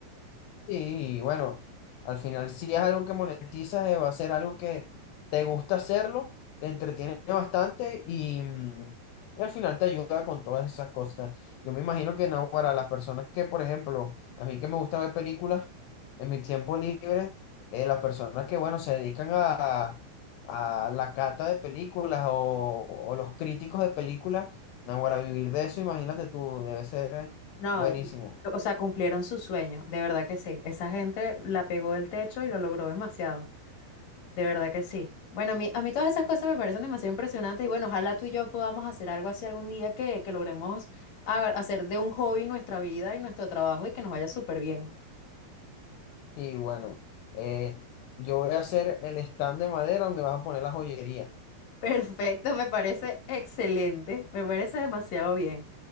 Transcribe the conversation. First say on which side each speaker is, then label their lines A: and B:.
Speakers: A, on the left; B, on the left.
A: Sí, y bueno, al final si es algo que monetizas, eh, va a ser algo que te gusta hacerlo, te entretiene bastante y, mm, y al final te ayuda con todas esas cosas. Yo me imagino que no, para las personas que, por ejemplo, a mí que me gusta ver películas en mi tiempo libre, eh, las personas que, bueno, se dedican a, a la cata de películas o, o los críticos de películas, no, para vivir de eso, imagínate tú, debe ser eh,
B: No,
A: buenísimo.
B: o sea, cumplieron su sueño, de verdad que sí. Esa gente la pegó del techo y lo logró demasiado, de verdad que sí. Bueno, a mí, a mí todas esas cosas me parecen demasiado impresionantes y bueno, ojalá tú y yo podamos hacer algo así algún día que, que logremos ha- hacer de un hobby nuestra vida y nuestro trabajo y que nos vaya súper bien. <laughs>
A: Sí, bueno, eh, yo voy a hacer el stand de madera donde vas a poner la joyería.
B: Perfecto, me parece excelente, me parece demasiado bien.